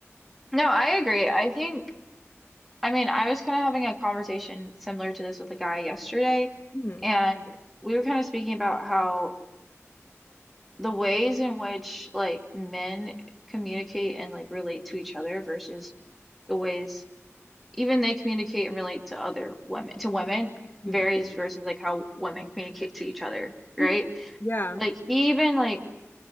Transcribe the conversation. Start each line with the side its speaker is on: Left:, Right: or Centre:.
Centre: No, I agree. I think I mean, I was kind of having a conversation similar to this with a guy yesterday,
Left: <laughs> hmm
Centre: and we were kind of speaking about how the ways in which like men communicate and like relate to each other versus the ways even they communicate and relate to other women to women
Left: hmm
Centre: varies versus like how women communicate to each other
Left: hmm
Centre: right
Left: Yeah.
Centre: like he even like